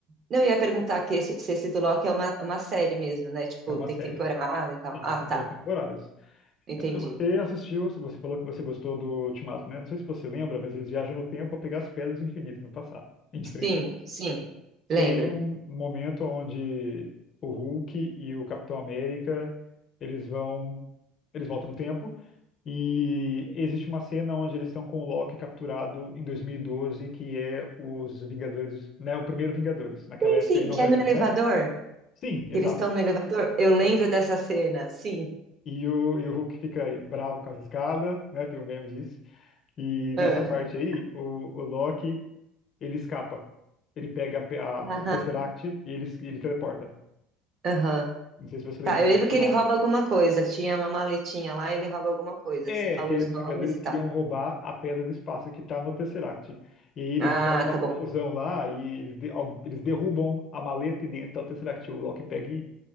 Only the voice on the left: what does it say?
É uma
série.
Sim,
tem
duas temporadas.
Eh, Você assistiu, você falou que você gostou do Ultimato, né? Não sei se você lembra, mas eles viajam no tempo para pegar as pedras do infinito no passado, em diferentes
pontos.
Tem um momento onde o Hulk e o Capitão América, eles vão, eles voltam no tempo e existe uma cena onde eles estão com o Loki capturado em 2012, que é os Vingadores, né? O primeiro Vingadores, naquela
época
em Nova
York,
né? Sim, exato.
É.
E o, e o Hulk fica bravo com as escadas, né? Tem um meme disso. E
nessa parte aí, o, o Loki, ele escapa. Ele pega a pe- a- o
Tesseract e ele, es- ele teleporta.
Não sei se você lembra
disso.
Tá?
É,
que
os Vingadores
queriam
roubar a Pedra do Espaço que tá no Tesseract. E aí eles
fazem uma
confusão
lá e eles, de- al- eles derrubam a maleta e dentro tá o Tesseract. O Loki pega e,